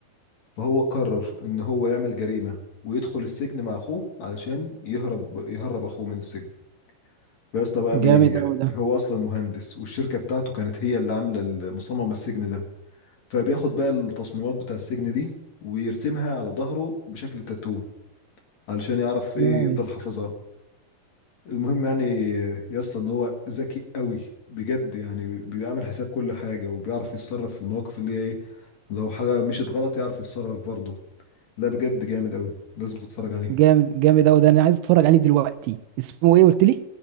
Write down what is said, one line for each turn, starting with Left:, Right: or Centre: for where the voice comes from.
Left: فهو قرر ان هو يعمل جريمة ويدخل السجن مع اخوه علشان يهرب يهرب اخوه من السجن فيا اسطى بقى بي
Right: جامد قوي ده
Left: هو اصلا مهندس والشركة بتاعته كانت هي اللي عاملة ال- مصممة السجن ده فبياخد بقى التصميمات بتاع السجن دي ويرسمها على ظهره بشكل تاتو علشان يعرف
Right: مم.
Left: ايه يفضل حافظها المهم يعني يا اسطى ان هو ذكي قوي بجد يعني بيعمل حساب كل حاجه وبيعرف يتصرف في المواقف اللي هي ايه لو حاجه مشيت غلط يعرف يتصرف برضه لا بجد جامد قوي لازم تتفرج عليه
Right: جامد جامد قوي ده انا عايز اتفرج عليه دلوقتي اسمه ايه قلت لي